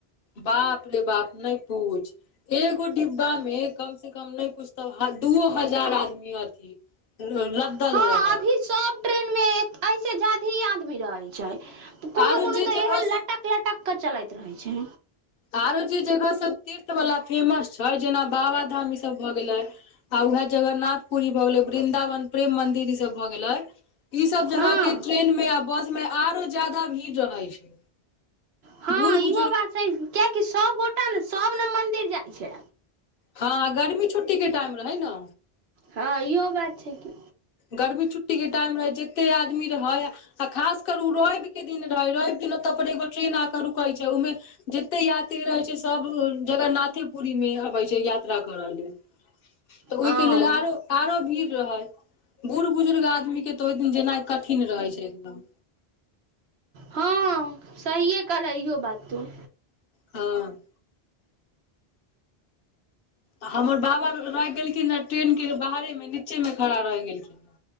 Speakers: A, on the left (about 60°); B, on the right (about 75°).
A: बाप रे बाप नय पूछ। एगो डिब्बा मे कम कम से कम नय कुछ तऽ दूओ हजार आदमी अथी लद्दल
B: हँ
A: रहल।
B: अभी सब ट्रेन मे अइसे जादही आदमी रहै छै। कोनो
A: आरो
B: कोनो
A: जे
B: तऽ
A: जगह
B: एहन
A: सब
B: लटक लटक केऽ चलैत रहै छै।
A: आरो जे जगह सभ तीर्थ बला फेमस छै। जेना बाबाधाम ईसभ भऽ गेलै। आ उहे जगन्नाथ पुरी भऽ गेलै। वृन्दावन, प्रेम मंदिर ई सब भऽ गेलै। ई सब जगह
B: हँ
A: के ट्रेन मे आ बस मे आरो जादा भीड़ रहै छै।
B: हँ
A: बूढ़
B: इहो
A: बु
B: बात छै। कियेकि सबगोटा ने सब ने मंदिर जाइ छै।
A: हँ गर्मी छुट्टीे के टाइम रहै न।
B: हँ इहो बात छै। की
A: गर्मी छुट्टीके टाइम रहै जेते आदमी रहै। आ खास कर उ रवि के दिन रहै रवि दिन ओत पर एगो ट्रेन आक रुकैत छै। उमे जेते यात्री रहै छै। सभ जगन्नाथेपुरी मे अबै छै। यात्रा करऽ लेल तऽ
B: हँ
A: ओहिके लेल आरो आरो भीड़ रहै। बुढ़ बुजुर्ग आदमी के तऽ ओहि दिन जेनाइ कठिन रहै छै एकदम
B: हँ सहिए कहल इयो बात तू
A: हँ आ हमर बाबा रहि गेलखिन आ ट्रेन के बाहरे मे नीचे मे खड़ा रहि गेलखिन